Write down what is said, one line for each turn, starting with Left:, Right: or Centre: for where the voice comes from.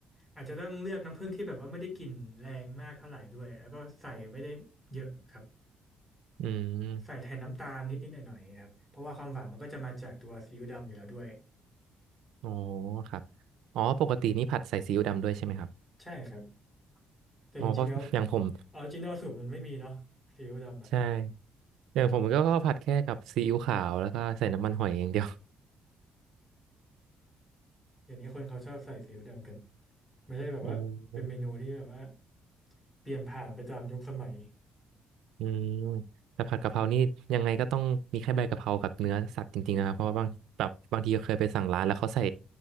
Left: อาจจะต้องเลือกน้ำผึ้งที่แบบว่าไม่ได้กลิ่นแรงมากเท่าไหร่ด้วยแล้วก็ใส่ไม่ได้เยอะครับ
Right: อืม
Left: ใส่แทนน้ำตาลนิดนิดหน่อยหน่อยครับเพราะว่าความหวานมันก็จะมาจากตัวซีอิ๊วดำอยู่แล้วด้วย
Right: อ๋อครับอ๋อปกตินี่ผัดใส่ซีอิ๊วดำด้วยใช่ไหมครับ
Left: ใช่ครับแต่จริงๆแล้ว
Right: อ๋อเพราะอย่างผม
Left: ออริจินอลสูตรมันไม่มีเนาะซีอิ๊วดำอะ
Right: ใช่อย่างผมก็ก็ผัดแค่กับซีอิ๊วขาวแล้วก็ใส่น้ำมันหอยอย่างเดียว <laughs>
Left: เดี๋ยวนี้คนเขาชอบใส่ซีอิ๊วดำกันไม่ใช่แบบว่าเป็นเมนูที่แบบว่า
Right: โอ้
Left: เปลี่ยนผ่านไปตามยุคสมัย
Right: อืมแต่ผัดกะเพรานี่ยังไงก็ต้องมีแค่ใบกะเพรากับเนื้อสัตว์จริงๆนะครับเพราะว่าบางแบบบางทีเคยไปสั่งร้านแล้วเขาใส่